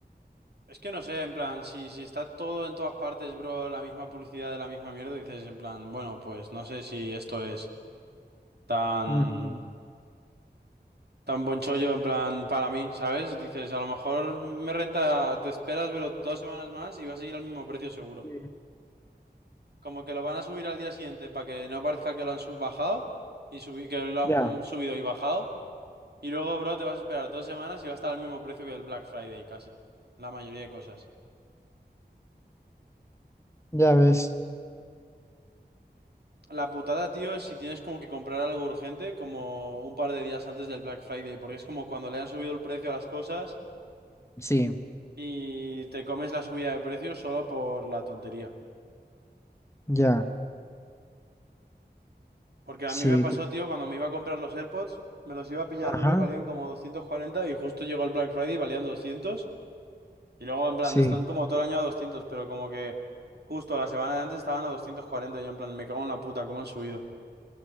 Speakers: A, on the right; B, on the left.
A: Es que no sé, en plan, si, si está todo en todas partes, bro, la misma publicidad de la misma mierda, dices en plan, bueno, pues no sé si esto es tan,
B: Ujú.
A: tan buen chollo en plan para mí, ¿sabes? Dices, a lo mejor me renta, te esperas, pero dos semanas más y va a seguir al mismo precio seguro.
B: Sí.
A: Como que lo van a subir al día siguiente para que no parezca que lo han sub bajado y subi- que lo han
B: Ya,
A: subido y bajado. Y luego, bro, te vas a esperar dos semanas y va a estar al mismo precio que el Black Friday casi. La mayoría de cosas.
B: ya ves.
A: La putada, tío, es si tienes como que comprar algo urgente como un par de días antes del Black Friday, porque es como cuando le han subido el precio a las cosas
B: Sí,
A: y te comes la subida de precio solo por la tontería.
B: ya,
A: Porque a
B: sí,
A: mí me pasó,
B: tío.
A: tío, cuando me iba a comprar los AirPods, me los iba a pillar,
B: Ajá,
A: bro, y valían como 240 y justo llegó el Black Friday y valían doscientos Y luego, en plan,
B: sí.
A: están como todo el año a 200 pero como que justo la semana de antes estaban a 240. y Yo, en plan, me cago en la puta, cómo han subido.